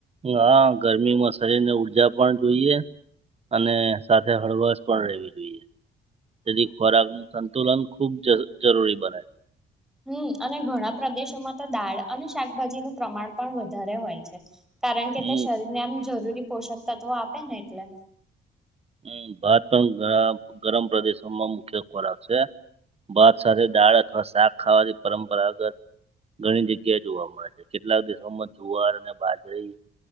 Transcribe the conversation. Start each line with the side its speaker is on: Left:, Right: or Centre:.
Right: હા ગરમીમાં શરીર ને ઊર્જા પણ જોઈએ અને સાથે હળવશ પણ રહેવી જોઈએ, તેથી ખોરાક નું સંતુલન ખૂબ જરૂરી બને છે.
Centre: હમ્મ અને ઘણા પ્રદેશોમાં તો દાળ અને શાકભાજીનું પ્રમાણ પણ વધારે હોય છે. કારણ કે
Right: હમ
Centre: તે શરીરને આમ જરૂરી પોષક તત્વો આપે ને એટલે.
Right: હમ્મ ભાત પણ ગરમ પ્રદેશોમાં મુખ્ય ખોરાક છે. ભાત સાથે દાળ અથવા શાક ખાવાની પરંપરાગત ઘણી જગ્યા જોવા મળે છે, કેટલાક દિવોમાં જુવાર અને બાજરી